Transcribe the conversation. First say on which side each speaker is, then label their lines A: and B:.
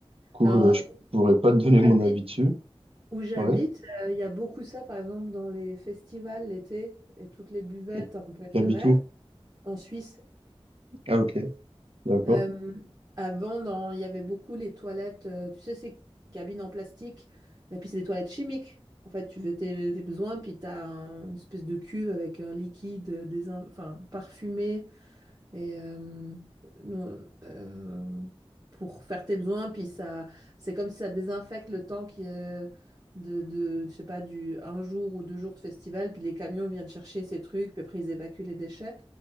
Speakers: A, on the right; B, on the right.
A: coup,
B: Alors,
A: euh,
B: euh,
A: je pourrais pas te donner
B: où j'habite,
A: mon avis dessus.
B: où j'habite,
A: Ouais,
B: euh, il y a beaucoup ça, par exemple, dans les festivals l'été et toutes les buvettes
A: mais
B: un peu éphémères
A: t'habites où?
B: en Suisse.
A: Ah ok, d'accord.
B: Euh, avant, dans- il y avait beaucoup les toilettes, euh, tu sais, ces cabines en plastique, et puis c'est des toilettes chimiques. En fait, tu fais tes, tes besoins, puis tu as une espèce de cuve avec un liquide euh, désin- enfin, parfumé et, euh, non, euh, pour faire tes besoins, puis ça, c'est comme si ça désinfecte le temps qui est de, de, je sais pas, du un jour ou deux jours de festival, puis les camions viennent chercher ces trucs, puis après ils évacuent les déchets.